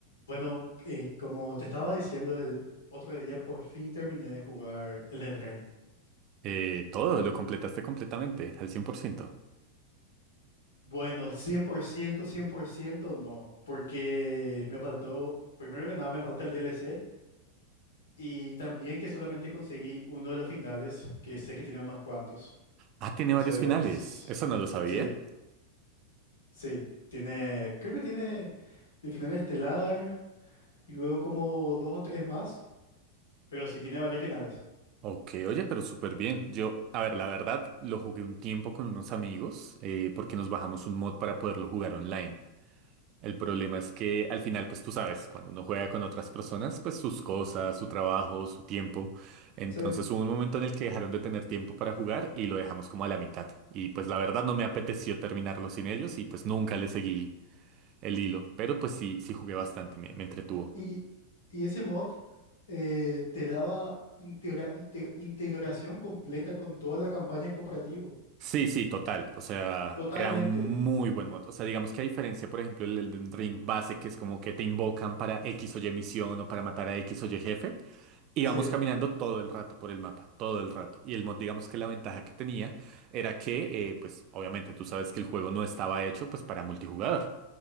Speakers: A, on the left; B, on the right.
A: Bueno, eh, como te estaba diciendo, el otro día por fin terminé de jugar Elden Ring.
B: Eh, todo, lo completaste completamente, al 100%.
A: Bueno, cien cien por ciento, cien por ciento, no, porque me faltó, primero que nada me falta el DLC y también que solamente conseguí uno de los finales, que sé que tiene unos cuantos.
B: Ah, tiene
A: Entonces,
B: varios finales. Eso no lo sabía.
A: sí, sí, tiene, creo que tiene el final estelar y luego como dos o tres más, pero sí tiene varios finales.
B: Ok, oye, pero súper bien. Yo, a ver, la verdad, lo jugué un tiempo con unos amigos eh, porque nos bajamos un mod para poderlo jugar online. El problema es que al final, pues tú sabes, cuando uno juega con otras personas, pues sus cosas, su trabajo, su tiempo. Entonces
A: Sí.
B: hubo un momento en el que dejaron de tener tiempo para jugar y lo dejamos como a la mitad. Y pues la verdad no me apeteció terminarlo sin ellos y pues nunca le seguí el hilo, pero pues sí, sí jugué bastante, me, me entretuvo.
A: Y, y ese mod eh, te daba integra- inte- integración completa con toda la campaña en cooperativo.
B: Sí, sí, total. O sea,
A: Totalmente.
B: era un muy buen mod. O sea, digamos que a diferencia, por ejemplo, el Elden Ring base, que es como que te invocan para X o Y misión o para matar a X o Y jefe, íbamos
A: Sí,
B: caminando todo el rato por el mapa, todo el rato. Y el mod, digamos que la ventaja que tenía era que, eh, pues obviamente tú sabes que el juego no estaba hecho pues para multijugador.